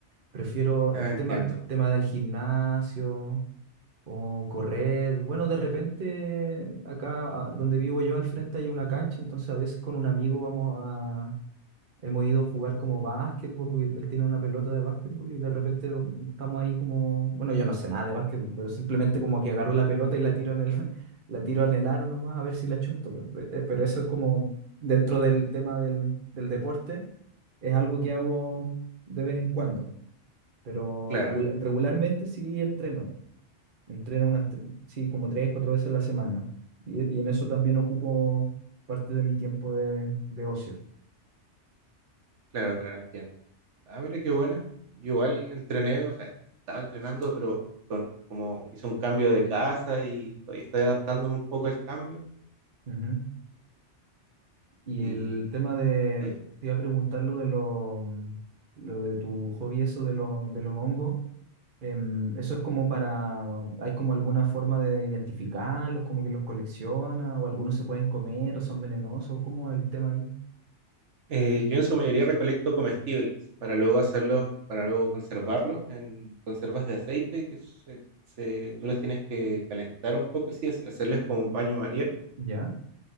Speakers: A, on the right (about 50°); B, on the right (about 80°).
A: prefiero
B: Ah,
A: el
B: entiendo.
A: tema, el tema del gimnasio, o correr. Bueno, de repente acá a- donde vivo yo al frente hay una cancha, entonces a veces con un amigo vamos a... Hemos ido a jugar como básquetbol, porque él tiene una pelota de básquetbol y de repente mm, estamos ahí como, bueno, yo no sé nada de básquetbol, pero simplemente como que agarro la pelota y la tiro en el, <laughs> la tiro en el aro nomás a ver si la chunto. pe- pe- eh, Pero eso es como dentro del tema del, del deporte, es algo que hago de vez en cuando, pero
B: Claro,
A: regula- regularmente sí entreno. Entreno unas, tre- sí, como tres, cuatro veces a la semana. Y, y en eso también ocupo parte de mi tiempo de, de ocio.
B: claro, claro, entiendo. Ah, mira qué buena. Yo igual entrené, o sea, estaba entrenando, pero con- como hice un cambio de casa y estoy, estoy adaptándome un poco al cambio.
A: Ujú. Y
B: Y
A: el tema de,
B: eh,
A: te iba a preguntar lo de lo, lo de tu hobby, eso de los, de los hongos. Em, eso es como para, ¿hay como alguna forma de identificarlos, como que los colecciona, o algunos se pueden comer o son venenosos? ¿Cómo es el tema ahí?
B: Eh, yo en su mayoría recolecto comestibles para luego hacerlos, para luego conservarlos en conservas de aceite que se- se- tú los tienes que calentar un poco, así, es- hacerles como un baño María,
A: ¿Ya?